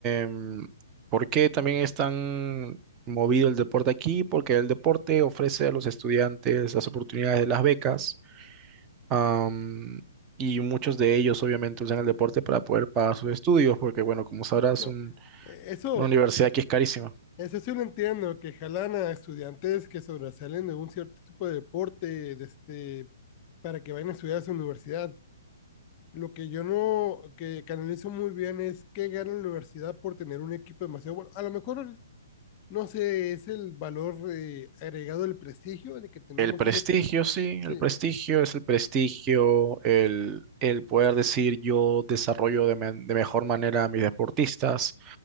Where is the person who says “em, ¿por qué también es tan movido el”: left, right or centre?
Right